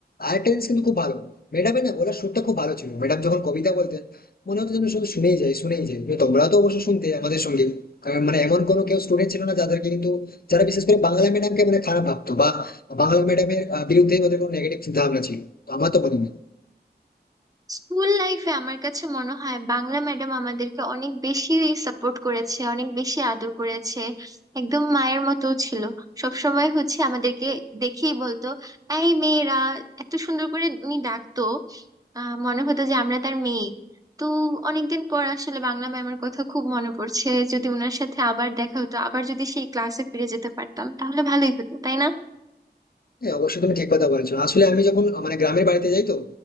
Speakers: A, on the left; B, on the right.
A: আর একটা জিনিস কিন্তু খুব ভালো ম্যাডামের না বলার সুরটা খুব ভালো ছিল ম্যাডাম যখন কবিতা বলতেন মনে হতো যেন শুধু শুনেই যাই শুনেই যাই কিন্তু তোমরাও তো অবশ্য শুনতে আমাদের সঙ্গে কারণ মানে এমন কোনো কেউ স্টুডেন্ট ছিল না যাদেরকে কিন্তু যারা বিশেষ করে বাংলা ম্যাডামকে মানে খারাপ ভাবতো বা বাংলা ম্যাডামের বিরুদ্ধে ওদের কোনো নেগেটিভ চিন্তা ভাবনা ছিল তো আমার তো মনে হয়
B: স্কুল লাইফে আমার কাছে মনে হয় বাংলা ম্যাডাম আমাদেরকে অনেক বেশি সাপোর্ট করেছে অনেক বেশি আদর করেছে একদম মায়ের মতো ছিল সব সময় হচ্ছে আমাদেরকে দেখেই বলতো এই মেয়েরা এত সুন্দর করে উনি ডাকতো আহ মনে হতো যে আমরা তার মেয়ে তো অনেকদিন পর আসলে বাংলা ম্যামের কথা খুব মনে পড়ছে যদি ওনার সাথে আবার দেখা হতো আবার যদি সেই ক্লাসে ফিরে যেতে পারতাম তাহলে ভালোই হতো তাই না
A: হ্যাঁ অবশ্যই তুমি ঠিক কথা বলেছো আসলে আমি যখন মানে গ্রামের বাড়িতে যাই তো